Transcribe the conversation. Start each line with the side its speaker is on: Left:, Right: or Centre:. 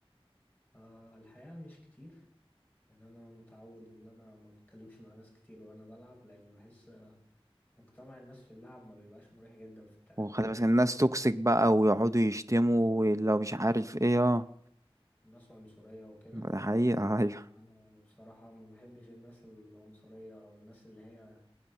Left: آه الحقيقة مش كتير يعني انا متعود ان انا ما بتكلمش مع ناس كتير وانا بلعب لان بحس مجتمع الناس في اللعب ما بيبقاش مريح جدا في التعامل
Right: وخلي
Left: بيبقى
Right: بالك الناس
Left: فيه
Right: توكسيك بقى ويقعدوا يشتموا
Left: آه،
Right: ولو مش عارف ايه اه
Left: ناس عنصرية وكده
Right: ده حقيقة <laughs> أيوه
Left: فانا بصراحة ما بحبش الناس العنصرية او الناس اللي هي